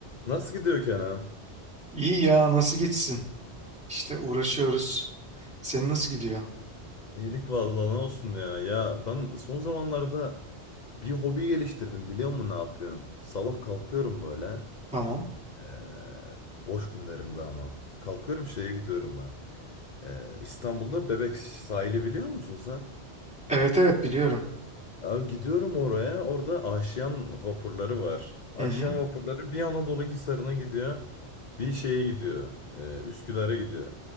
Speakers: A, on the left; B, in the centre.
A: Nasıl gidiyor Kenan?
B: İyi ya nasıl gitsin? İşte uğraşıyoruz. Senin nasıl gidiyor?
A: İyilik vallahi ne olsun ya. Ya ben son zamanlarda bir hobi geliştirdim biliyor musun ne yapıyorum? Sabah kalkıyorum böyle.
B: Tamam.
A: eee, boş günlerimde ama. Kalkıyorum şeye gidiyorum ben. Eee, İstanbul'da Bebek sahili biliyor musun sen?
B: Evet evet biliyorum.
A: Abi gidiyorum oraya. Orada Aşyan vapurları var. Aşyan
B: Hı hı.
A: vapurları bir Anadolu Hisarı'na gidiyor. Bir şeye gidiyor. eee, Üsküdar'a gidiyor.